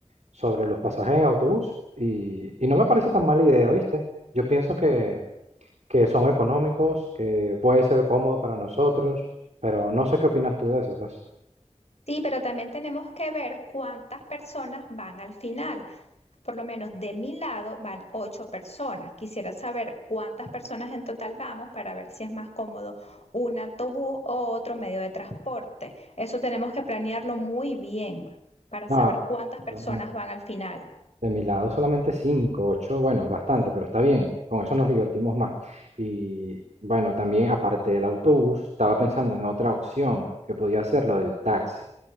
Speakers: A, on the right; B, on the left.
A: sobre los pasajes en autobús y, y no me parece tan mala idea, ¿viste? Yo pienso que, que son económicos, que puede ser cómodo para nosotros, pero no sé qué opinas tú de eso, pues.
B: Sí, pero también tenemos que ver cuántas personas van al final. Por lo menos de mi lado van ocho personas. Quisiera saber cuántas personas en total vamos para ver si es más cómodo un autobús o otro medio de transporte. Eso tenemos que planearlo muy bien para
A: No.
B: saber cuántas personas
A: no.
B: van al final.
A: De mi lado solamente 5 ocho bueno, bastante, pero está bien, con eso nos divertimos más. Y bueno, también aparte del autobús, estaba pensando en otra opción que podía ser lo del taxi.